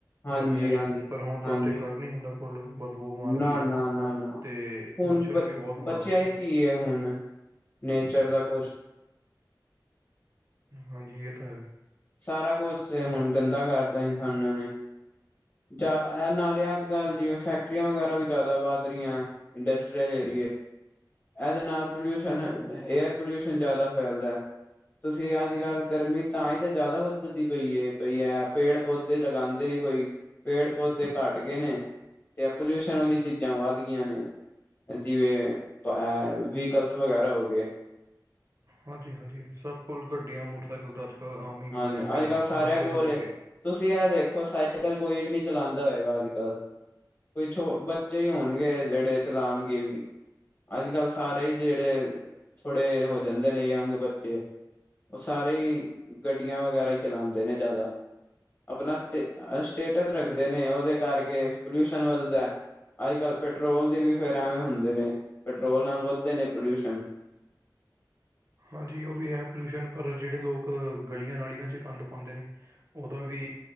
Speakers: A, on the left; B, on the right.
A: ਹਾਂਜੀ
B: ਗਰਮੀਆਂ ਚ
A: ਹਾਂਜੀ
B: ਪਰ ਹੁਣ ਤਾਂ
A: ਹਾਂਜੀ
B: ਉੱਥੇ ਖੜ ਨੀ ਹੁੰਦਾ ਕੋਲ ਬਹੁ ਬੋ ਮਾਰਦੀ
A: ਨਾ
B: ਹੈ
A: ਨਾ ਨਾ ਨਾ
B: ਤੇ
A: ਹੁਣ
B: ਮੱਛਰ
A: ਬ
B: ਵੀ ਬਹੁਤ ਹੁੰਦਾ
A: ਬਚਿਆ
B: ਉਥੇ।
A: ਹੀ ਕੀ ਹੈ ਹੁਣ ਨੇਚਰ ਦਾ ਕੁਛ
B: ਹਾਂਜੀ ਇਹ ਤਾਂ ਹੈ।
A: ਸਾਰਾ ਕੁਛ ਤੇ ਹੁਣ ਗੰਦਾ ਕਰਤਾ ਇਨਸਾਨਾਂ ਨੇ। ਜਾਂ ਇਹ ਨਾਲੇ ਅੱਜ ਕੱਲ੍ਹ ਜਿਵੇਂ ਫੈਕ ਕਟਰੀਆਂ ਵਗੈਰਾ ਵੀ ਜਾਦਾ ਵੱਧ ਰਹੀਆਂ ਇੰਡਸਟਰੀਅਲ ਏਰੀਏ। ਇਹਦੇ ਨਾਲ ਪੋਲਿਊਸ਼ਨ ਏਅਰ ਪੋਲਿਊਸ਼ਨ ਜਾਦਾ ਫੈਲਦਾ। ਤੁਸੀਂ ਅੱਜ ਕੱਲ ਗਰਮੀ ਤਾਂ ਹੀ ਤੇ ਜਾਦਾ ਵੱਧਦੀ ਪਈ ਹੈ ਪੇੜ ਪੌਧ ਤੇ ਲਗਾਉਂਦੇ ਨੀ ਕੋਈ ਪੇੜ ਪੌਦੇ ਘੱਟ ਗੇ ਨੇ। ਤੇ ਇਹ ਵਾਲੀ ਚੀਜ਼ਾਂ ਵੱਧ ਗਈਆ ਨੇ। ਜਿਵੇਂ ਏ ਵੀਕਲਸ ਵਗੈਰਾ ਹੋ ਗਏ।
B: ਹਾਂਜੀ-ਹਾਂਜੀ ਸਭ ਕੋਲ ਗੱਡੀਆਂ, ਮੋਟਰਸਾਈਕਲ ਤਾਂ ਅੱਜ ਕਲ ਆਮ ਹੀ
A: ਹਾਂਜੀ
B: ਬਣਿਆ ਪਿਆ
A: ਅੱਜ ਕੱਲ੍ਹ ਸਾਰਿਆਂ
B: ਬੱਚੇ
A: ਕੋਲ
B: ਤੋਂ ਲੈ ਕੇ
A: ਤੁਸੀਂ ਇਹ ਦੇਖੋ ਸਾਈਕਲ ਕੋਈ ਵੀ ਨਹੀਂ ਚਲਾਉਂਦਾ ਹੋਏਗਾ ਅੱਜ ਕੱਲ। ਕੋਈ ਛੋ ਬੱਚੇ ਹੀ ਹੋਣਗੇ ਜਿਹੜੇ ਚਲਾਉਣਗੇ ਵੀ। ਅੱਜ ਕੱਲ੍ਹ ਸਾਰੇ ਹੀ ਜਿਹੜੇ ਥੋੜੇ ਹੋ ਜਾਂਦੇ ਨੇ ਯੰਗ ਬੱਚੇ ਉਹ ਸਾਰੇ ਗੱਡੀਆਂ ਵਗੈਰਾ ਹੀ ਚਲਾਉਂਦੇ ਨੇ ਜਾਦਾ। ਆਪਣਾ ਅ ਸਟੇਟਸ ਰੱਖਦੇ ਨੇ ਉਹਦੇ ਕਰਕੇ ਪੋਲਿਊਸ਼ਨ ਵੱਧਦਾ। ਅੱਜ ਕੱਲ੍ਹ ਪੈਟਰੋਲ ਦੀ ਵੀ ਫਿਰ ਐਵੇਂ ਹੁੰਦੇ ਨੇ ਪੈਟਰੋਲ ਨਾਲ ਵੱਧਦੇ ਨੇ ਪੋਲਿਊਸ਼ਨ।
B: ਹਾਂਜੀ ਉਹ ਵੀ ਹੈ ਪੋਲਿਊਸ਼ਨ ਪਰ ਜਿਹੜੇ ਲੋਕ ਗਲੀਆਂ ਨਾਲੀਆਂ ਚ ਗੰਦ ਪਾਉਂਦੇ ਨੇ ਉਹਦਾ ਵੀ